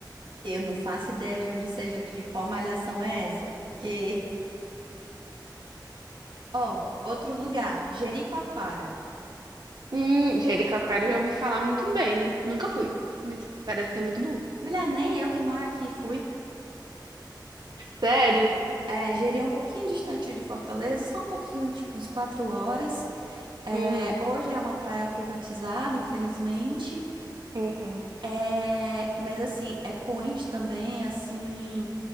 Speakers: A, on the right; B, on the right.
A: eu não faço ideia de onde seja, de qual malhação é essa, porque ó, outro lugar, Jericoacoara.
B: Hum, Jericoacoara eu já ouvi falar muito bem. Nunca fui, mas parece ser muito bom.
A: Mulher, nem eu que moro aqui fui.
B: Sério?
A: É, Jeri é um pouquinho distante de Fortaleza, só um pouquinho, tipo uns quatro horas. É,
B: Hum,
A: hoje é uma praia privatizada, infelizmente.
B: uhum.
A: É, mas assim, é point também, assim.